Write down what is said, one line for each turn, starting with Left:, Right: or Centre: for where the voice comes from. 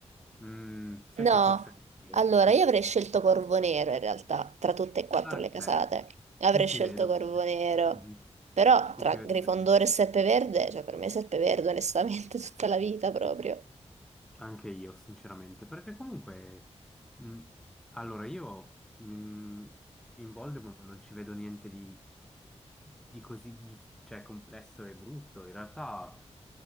Centre: Mm, sai
Right: No,
Centre: che forse io,
Right: allora
Centre: sì,
Right: io
Centre: sì.
Right: avrei scelto Corvo Nero in realtà, tra tutte e quattro
Centre: Ah,
Right: le casate.
Centre: beh,
Right: Avrei
Centre: ti ci
Right: scelto
Centre: vedo
Right: Corvo
Centre: bene.
Right: Nero,
Centre: Mhm,
Right: però
Centre: Ti
Right: tra
Centre: ci vedo
Right: Grifondoro
Centre: bene.
Right: e Serpeverde, cioè per me Serpeverde onestamente <laughs> tutta la vita proprio.
Centre: Anche io, sinceramente, perché comunque, mh, allora io mh, in Voldemort non ci vedo niente di, di così di- cioè, complesso e brutto. In realtà